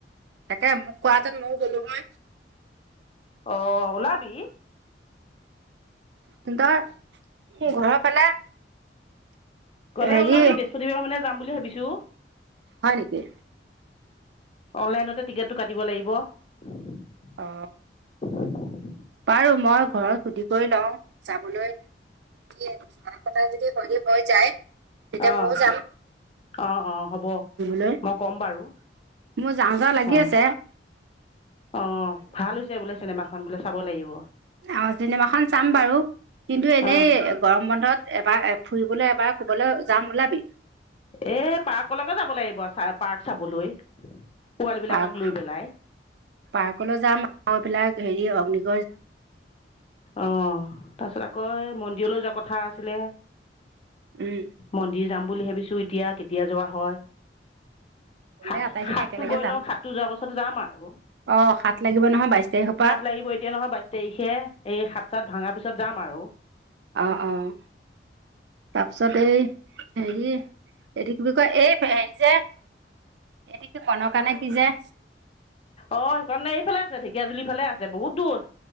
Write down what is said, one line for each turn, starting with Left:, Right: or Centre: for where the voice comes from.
Right: তাকে মোক কোৱাহেঁতেন ময়ো গ'লো হয়।
Left: অ' ওলাবি।
Right: কিন্ত ত ঘৰ ফালে
Left: গলে
Right: হেৰি
Left: ওলাবি বৃহস্পতিবাৰ মানে যাম বুলি ভাবিছো।
Right: হয় নেকি
Left: অনলাইনতে টিকেটটো কাটিব লাগিব। <unintelligible>
Right: অ বাৰু মই ঘৰত সুধ কৰি লওঁ, যাবলৈ া <inaudible> <unintelligible> য হৰি হৈ যায়, তেতিয়া
Left: অঁ
Right: ময়ও যাম
Left: অঁ অঁ হ'ব
Right: <inaudible>
Left: মই ক'ম বাৰু
Right: মোৰ যাওঁ যাওঁ লাগি
Left: অঁ
Right: আছে
Left: অঁ ভাল হৈছে বোলে, চিনেমাখন বোলে চাব লাগিব
Right: অ <unintelligible> চিনেমাখন চাম বাৰু কিন্তু এনেই
Left: অঁ
Right: গৰম বন্ধত এবাৰ ফুৰিবলৈ এবাৰ কুবলৈ যাম ওলাবি?
Left: এই পাৰ্কলৈকে যাব লাগিব চা পাৰ্ক চাবলৈ পোৱালীবিলাকক
Right: পাৰ্ক
Left: লৈ পেলাই
Right: পাৰ্কলৈ যাম আৰু এইবলাক হেৰি আ অগ্নিক
Left: অঁ তাৰপিছত কয় মন্দিৰলৈ যোৱা কথা আছিলে
Right: উম
Left: মন্দিৰ যাম বুলি ভাবিছো এতিয়া কেত দিয়া যোৱা হয়।
Right: গলে
Left: হাত
Right: আটাইখিনি
Left: হাতটো
Right: একেলগে
Left: গৈ
Right: যাম
Left: লওক, হাতটো যোৱাৰ পাছত যাম আৰু,
Right: অ সাত লাগিব নহয় বাইশ তাৰিখৰ পৰা
Left: হাত লাগিব এতিয়া নহয় বাই সেই সাত চাত ভাঙা পিছত যাম আৰু অঁ
Right: অঁ অঁ, তাৰপিছত এই হেৰি, এইটো কি বুলি কয়, এই হেৰি যে এইটো কি কণ কাৰণে কি যে
Left: অ সেইখনে এইফালে আছে ঢেকীয়াাজুলি ফালে আছে বহুত দূৰ